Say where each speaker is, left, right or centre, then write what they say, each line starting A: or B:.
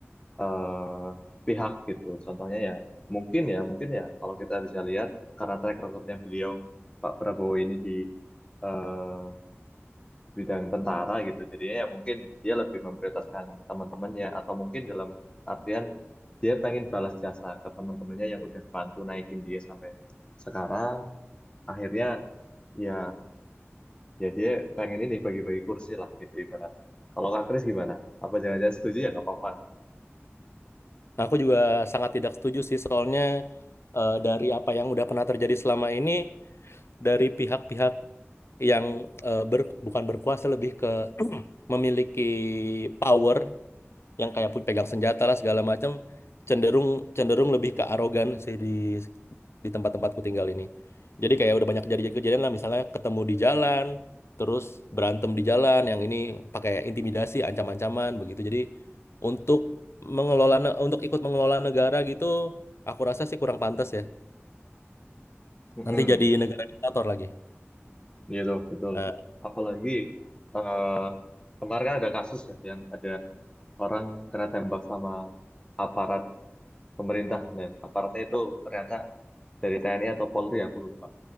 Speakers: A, on the left; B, on the left.
A: eh, pihak gitu. Contohnya ya mungkin ya mungkin ya kalau kita bisa lihat karena track recordnya beliau Pak Prabowo ini di eh, bidang tentara gitu. Jadinya ya mungkin dia lebih memprioritaskan teman-temannya atau mungkin dalam artian dia pengen balas jasa ke teman-temannya yang udah bantu naikin dia sampai sekarang. Akhirnya ya ya dia pengen ini bagi-bagi kursi lah gitu ibaratnya. Kalau Kak Kris gimana? Apa jangan-jangan setuju ya nggak apa-apa.
B: Nah, aku juga sangat tidak setuju sih soalnya eh, dari apa yang udah pernah terjadi selama ini dari pihak-pihak yang eh, ber- bukan berkuasa lebih ke <clears throat> memiliki power yang kayak pun pegang senjata lah segala macam cenderung cenderung lebih ke arogan sih di di tempat-tempatku tinggal ini. Jadi kayak udah banyak kejadian-kejadian lah misalnya ketemu di jalan, terus berantem di jalan, yang ini pakai intimidasi, ancam-ancaman begitu. Jadi untuk mengelola ne- untuk ikut mengelola negara gitu, aku rasa sih kurang pantas ya.
A: Mm-mm,
B: Nanti jadi negara diktator lagi.
A: gitu, betul.
B: Nah,
A: Apalagi eh, kemarin kan ada kasus ya yang ada orang kena tembak sama aparat pemerintah dan aparatnya itu ternyata dari TNI atau Polri aku lupa.